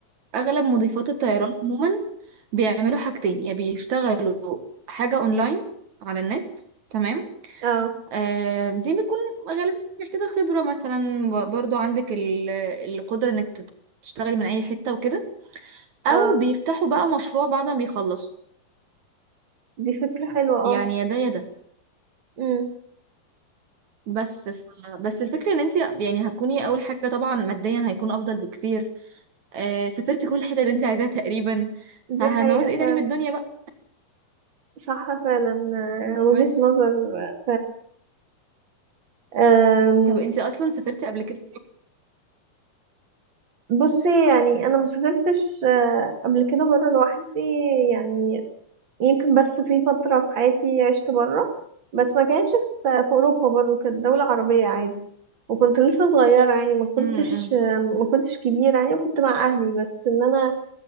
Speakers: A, on the right (about 55°); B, on the right (about 35°).
A: اغلب مضيفات الطيران عموما بيعملوا حاجتين يا بيشتغلوا حاجة اونلاين على النت تمام
B: اه
A: آه دي بتكون غالبا محتاجة خبرة مثلا ب- برضو عندك ال- القدرة انك تت- تشتغلي من اي حتة وكده
B: اه
A: او بيفتحوا بقى مشروع بعد ما بيخلصوا
B: دي فكرة حلوة اه
A: يعني يا ده يا ده
B: امم
A: بس ف... بس الفكرة ان انت يعني هتكوني اول حاجة طبعا ماديا هيكون افضل بكتير آه سافرتي كل حتة اللي انت عايزاها تقريبا
B: دي
A: فهنعوز
B: حقيقة
A: ايه
B: فعلا
A: تاني من الدنيا بقى
B: صح فعلا آه، وجهة
A: بس
B: نظر آه، فعلا
A: طب انت اصلا سافرتي قبل كده
B: بصي يعني انا ما سافرتش آه، قبل كده بره لوحدي يعني يمكن بس في فتره في حياتي عشت بره بس ما كانتش في في اوروبا برضه كانت دوله عربيه عادي وكنت لسه صغيره يعني ما كنتش
A: امم امم.
B: آه، ما كنتش كبيره يعني وكنت مع اهلي بس ان انا